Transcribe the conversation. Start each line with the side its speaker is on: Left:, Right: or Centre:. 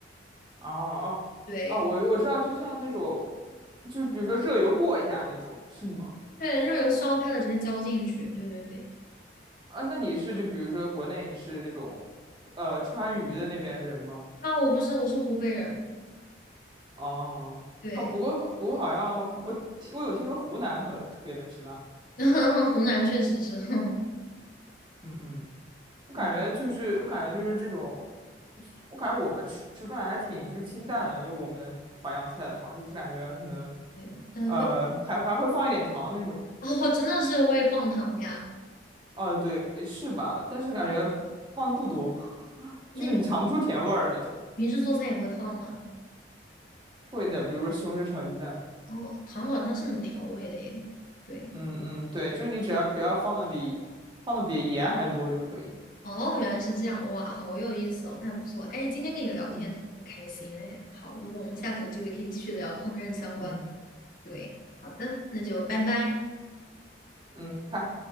Right: 哦哦，
Left: 对
Right: 我我知道，就像那种就是比如说热油过一下那种，是吗？
Left: 对，热油烧开了直接浇进去，对对对。
Right: 啊，那你是就比如说国内你是那种呃川渝的那边人吗？
Left: 啊，我不是，我是湖北人，
Right: 哦，
Left: 对，
Right: 好，不过不过好像我我有听说湖南很特别能吃辣，
Left: <laughs> 湖南确实是，<laughs>
Right: 嗯嗯，我感觉就是我感觉就是这种，
Left: 嗯，
Right: 我感觉我们吃吃饭还挺就是清淡的，就我们淮扬菜的话，就是感觉可能
Left: 对，但是会。
Right: 呃还还会放一点糖那种，
Left: 哦，真的是会放糖呀？
Right: 呃对是吧？但是感觉放的不多，<laughs>
Left: 那你
Right: 就是你尝不出甜味儿那种。
Left: 平时做菜也会放吗？
Right: 会的，比如说西红柿炒鸡蛋，
Left: 哦，糖好像是能调味的耶。对，
Right: 嗯嗯对，就是你只要不要放的比放的比盐还多就可以，
Left: 哦，原来是这样，哇，好有意思哦，那不错。哎，今天跟你聊天很开心哎。
Right: 嗯
Left: 好，如果我们下次有机会可以继续聊烹饪相关。
Right: 嗯。
Left: 对，好的，那就拜拜。
Right: 嗯，看。拜。